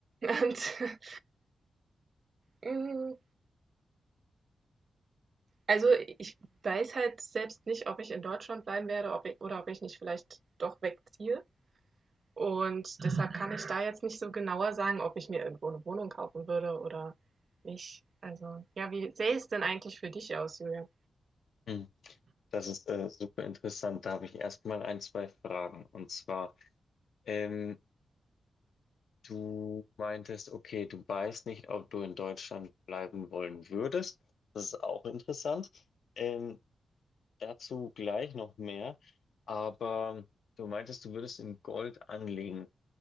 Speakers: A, on the right (about 45°); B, on the left (about 65°).
A: Und, <laughs> hm, also, ich weiß halt selbst nicht, ob ich in Deutschland bleiben werde, ob i oder ob ich nicht vielleicht doch wegziehe. Und deshalb kann ich da jetzt nicht so genauer sagen, ob ich mir irgendwo eine Wohnung kaufen würde oder nicht. Also, ja, wie sähe es denn eigentlich für dich aus, Julian?
B: Mhm. Das ist äh, super interessant. Da habe ich erstmal ein, zwei Fragen. Und zwar, ähm, du meintest, okay, du weißt nicht, ob du in Deutschland bleiben wollen würdest. Das ist auch interessant. Ähm, dazu gleich noch mehr. Aber du meintest, du würdest in Gold anlegen.